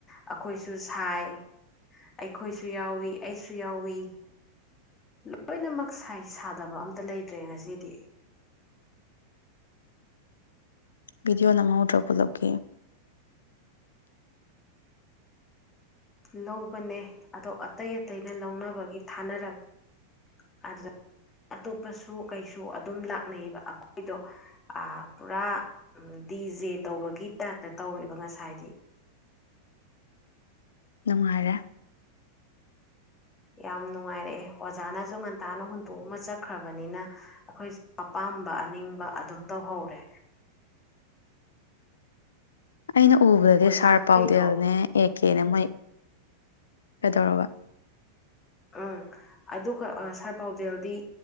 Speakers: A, on the left (about 20°); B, on the left (about 70°).
A: ꯑꯩꯈꯣꯏꯁꯨ ꯁꯥꯏ ꯑꯩꯈꯣꯏꯁꯨ ꯌꯥꯎꯏꯤ ꯑꯩꯁꯨ ꯌꯥꯎꯏ ꯂꯣꯏꯅꯃꯛ ꯁꯥꯗꯕ ꯑꯝꯇ ꯂꯩꯇ꯭ꯔꯦ ꯉꯁꯤꯗꯤ
B: ꯕꯤꯗꯤꯑꯣ ꯅꯃꯍꯎꯗꯔ‌ꯣ ꯄꯨꯂꯞꯀꯤ
A: ꯂꯧꯕꯅꯦ ꯑꯗꯣ ꯑꯇꯩ ꯑꯇꯩꯅ ꯂꯧꯅꯕꯒꯤ ꯊꯥꯅꯔꯒ ꯑꯗꯨꯗ ꯑꯇꯣꯞꯄꯁꯨ ꯀꯩꯁꯨ ꯑꯗꯨꯝ ꯂꯥꯛꯅꯩꯑꯕ ꯑꯩꯈꯣꯏꯗꯣ ꯄꯨꯔꯥ ꯗꯤ ꯖꯦ ꯇꯧꯕꯒꯤ ꯇꯥꯏꯞꯇ ꯇꯧꯔꯦꯕ ꯉꯁꯥꯏꯗꯤ
B: ꯅꯨꯡꯉꯥꯏꯔꯦ
A: ꯌꯥꯝ ꯅꯨꯡꯉꯥꯏꯔꯛꯑꯦ ꯑꯣꯖꯥꯅꯁꯨ ꯉꯟꯇꯥꯅ ꯍꯨꯟꯇꯣꯛ ꯑꯃ ꯆꯠꯈ꯭ꯔꯕꯅꯤꯅꯥ ꯑꯩꯈꯣꯏꯁꯨ ꯑꯄꯥꯝꯕ ꯑꯅꯤꯡꯕ ꯑꯗꯨꯝ ꯇꯧꯍꯧꯔꯦ
B: ꯑꯩꯅ ꯎꯕꯗꯗꯤ
A: ꯑꯣꯖꯥꯈꯩꯗꯣ
B: ꯁꯥꯔ ꯄꯥꯎꯗꯦꯜꯅꯦ ꯑꯦꯛ ꯀꯦꯅ ꯃꯣꯏ ꯀꯩꯗꯧꯔꯕ
A: ꯎꯝ ꯑꯗꯨ ꯁꯥꯔ ꯄꯥꯎꯗꯦꯜꯗꯤ